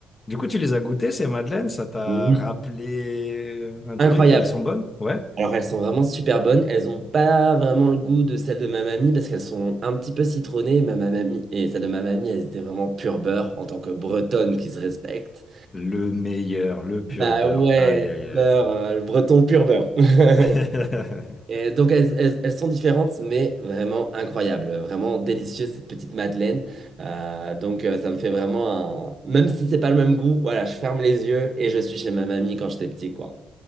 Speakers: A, on the left; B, on the right.
A: Du coup, tu les as goûtées, ces Madeleines? Ça t'a
B: Oui.
A: rappelé euh, un
B: Incroyable.
A: truc et elles sont bonnes? Ouais.
B: Alors, elles sont vraiment super bonnes. Elles n'ont pas vraiment le goût de celles de ma mamie parce qu'elles sont un petit peu citronnées. Ma ma mamie et celles de ma mamie, elles étaient vraiment pur beurre en tant que bretonne qui se respecte.
A: Le meilleur, le pur
B: Bah
A: beurre.
B: ouais,
A: Aïe,
B: le
A: aïe,
B: beurre, euh, le breton pur beurre. <laughs>
A: aïe. <laughs>
B: Et donc, elles, elles- elles sont différentes, mais vraiment incroyables. Vraiment délicieuses, cette petite madeleine. Euh, donc, euh, ça me fait vraiment un... Même si c'est pas le même goût, voilà, je ferme les yeux et je suis chez ma mamie quand j'étais petit, quoi.